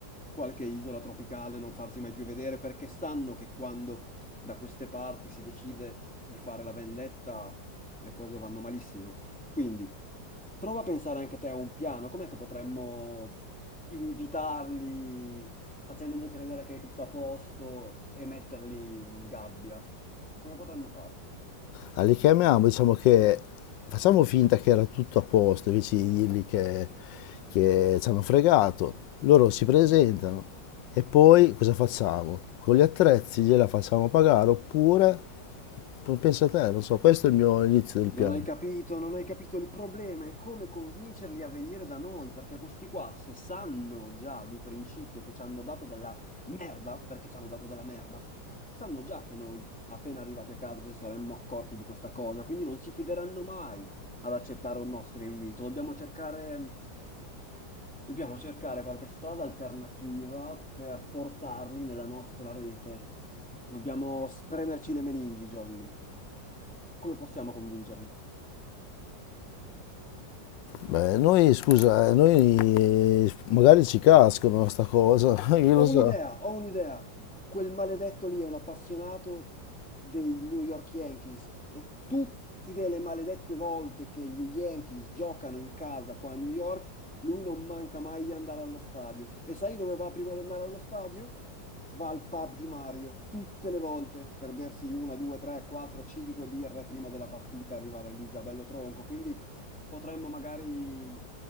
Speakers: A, in the centre; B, on the left.
A: qualche isola tropicale, non farsi mai più vedere, perché sanno che quando da queste parti si decide di fare la vendetta, le cose vanno malissimo. Quindi prova a pensare anche te a un piano, com'è che potremmo invitarli facendogli credere che è tutto a posto e metterli in gabbia? Come potremmo fare?
B: Ah, li chiamiamo, diciamo che facciamo finta che era tutto a posto, invece di dirgli che, che ci hanno fregato. Loro si presentano e poi cosa facciamo? Con gli attrezzi gliela facciamo pagare oppure, pensa a te, non so, questo è il mio inizio del
A: Non
B: piano.
A: hai capito, non hai capito. Il problema è come convincerli a venire da noi, perché questi qua, se sanno già di principio che ci hanno dato della merda, perché ci hanno dato della merda, sanno già che noi, appena arrivati a casa, ci saremmo accorti di questa cosa, quindi non si fideranno mai ad accettare un nostro invito. Dobbiamo cercare, dobbiamo cercare qualche strada alternativa per portarli nella nostra rete. Dobbiamo spremerci le meningi, Johnny. Come possiamo convincerli?
B: Beh, noi, scusa, eh, noi magari ci cascano sta cosa, <laughs> io lo
A: Ho un'idea,
B: so.
A: ho un'idea. Quel maledetto lì è un appassionato dei New York Yankees e tutte le maledette volte che gli Yankees giocano in casa qua a New York, lui non manca mai di andare allo stadio. E sai dove va prima di andare allo stadio? Va al pub di Mario, tutte le volte, per bersi una, due, tre, quattro, cinque birre prima della partita, arrivare lì già bello tronco. Quindi Potremmo magari